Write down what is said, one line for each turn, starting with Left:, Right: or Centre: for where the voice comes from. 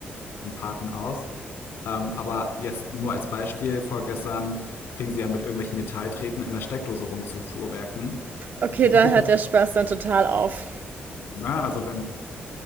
Left: im Paten aus. Ähm, aber jetzt nur als Beispiel, vorgestern fingen sie an, mit irgendwelchen Metalltreten in der Steckdose rumzufuhrwerken.
Right: Okay,
Left: Muss
Right: da
Left: ich
Right: hört
Left: das,
Right: der Spaß dann total auf.
Left: so, ne? Also wenn es